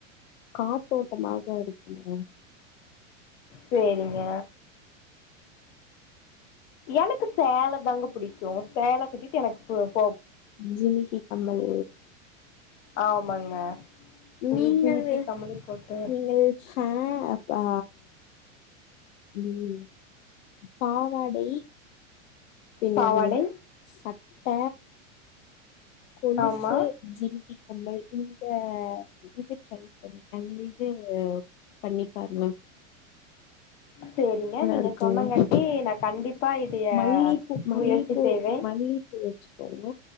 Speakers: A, on the left; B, on the left.
A: காத்தோட்டமாக இருக்குங்க
B: சேரிங்க எனக்கு சேலை தாங்க புடிக்கு சேலை கட்டிட்டு எனக்கு <unintelligible>
A: ஜிமிக்கி கம்மல்
B: ஆமாங்க ஒரு
A: நீங்கள்
B: ஜிமிக்கி கம்பளி போட்டு
A: நீங்கள் ச அப்பா உம் பாவாடை பின்ன
B: பாவாடை
A: எதெது சட்ட கொலுசு
B: ஆமா
A: ஜிமிக்கி நம்மள் இந்த இது ட்ரை பண்ணி அ இந்த இது பண்ணி பாருங்க மேம்
B: சேரிங்க நீங்க
A: இருக்குங்க
B: சொன்னங்காட்டி நா கண்டிப்பா இதைய
A: மல்லிப்பூ மல்லிப்பூ
B: முயற்சி செய்வேன்
A: மல்லிப்பூ வச்சுக்கோங்க